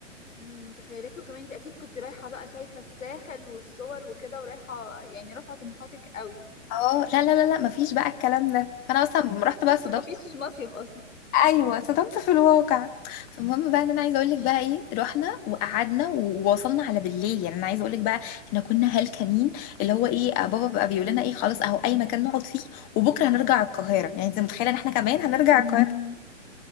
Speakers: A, on the left; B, on the left.
A: امم متخيلاكي وكمان انت اكيد كنت رايحه بقى شايفه الساحل والصور وكده ورايحه يعني رافعه طموحاتك قوي
B: اه لا لا لا لا مفيش بقى الكلام ده فانا اصلا لما رحت بقى
A: مفيش
B: صدمت
A: مفيش مصيف اصلا
B: ايوه صدمت في الواقع فالمهم بقى ان انا عايزه اقول لك بقى ايه رحنا وقعدنا ووصلنا على بالليل يعني انا عايزه اقول لك بقى احنا كنا هلكانين اللي هو ايه آه، بابا بقى بيقول لنا ايه خلاص اهو اي مكان نقعد فيه وبكره هنرجع القاهره يعني انت متخيله ان احنا كمان هنرجع
A: امم
B: القاهره